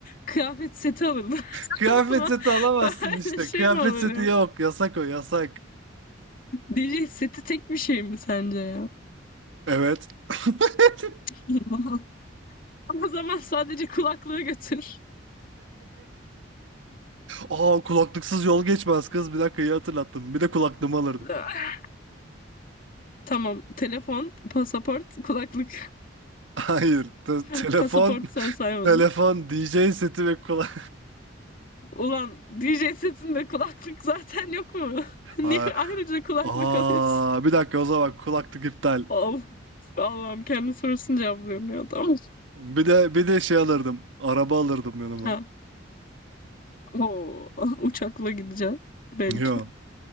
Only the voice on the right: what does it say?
Kıyafet
seti alamazsın
işte.
Kıyafet
seti
yok. Yasak o yasak.
Evet. <laughs>
Aa kulaklıksız yol geçmez kız. Bir dakika iyi hatırlattım. Bir de kulaklığımı alırdım.
<laughs> Hayır. te-
telefon,
telefon, D J seti ve kulak.
<laughs> Aa,
aa,
bir dakika o zaman kulaklık iptal.
Bir de bir de şey alırdım. Araba alırdım yanıma.
Yo,